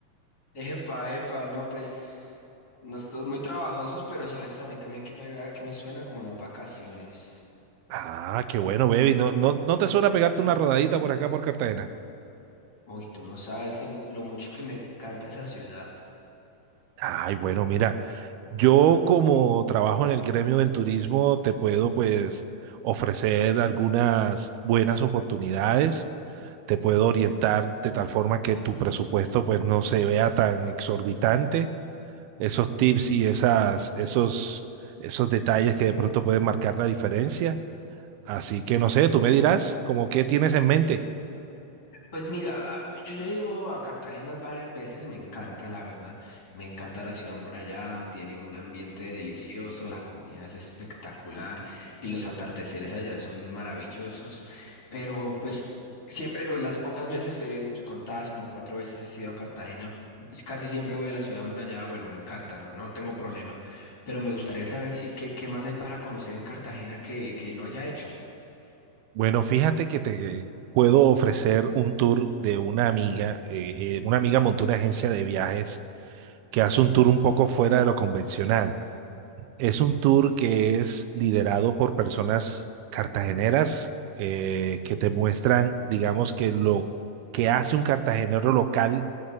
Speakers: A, on the left; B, on the right.
A: Epa, epa, no, pues nosotros muy trabajosos, pero sabes a mí también que me, que me suena como unas vacaciones.
B: Ah, qué bueno, baby. ¿No, no, no te suena pegarte una rodadita por acá por Cartagena?
A: Uy, tú no sabes lo, lo mucho que me encanta esa ciudad.
B: Ay, bueno, mira, yo como trabajo en el gremio del turismo, te puedo pues ofrecer algunas buenas oportunidades, te puedo orientar de tal forma que tu presupuesto pues no se vea tan exorbitante. Esos tips y esas, esos, esos detalles que de pronto pueden marcar la diferencia. Así que no sé, tú me dirás como qué tienes en mente.
A: Pues mira, ah, yo ya he ido a Cartagena varias veces, me encanta, la verdad. Me encanta la ciudad amurallada, tiene un ambiente delicioso, la comida es espectacular y los atardeceres allá son maravillosos. Pero pues siempre, o las pocas veces, eh, contadas como cuatro veces he ido a Cartagena, pues casi siempre voy a la ciudad amurallada. Bueno, me encanta, no, no tengo problema. Pero me gustaría saber si qué, qué más hay para conocer en Cartagena que, que no haya hecho. <laughs>
B: Bueno, fíjate que te puedo ofrecer un tour de una amiga. eh, eh, una amiga montó una agencia de viajes que hace un tour un poco fuera de lo convencional. Es un tour que es liderado por personas cartageneras eh, que te muestran, digamos, que lo que hace un cartagenero local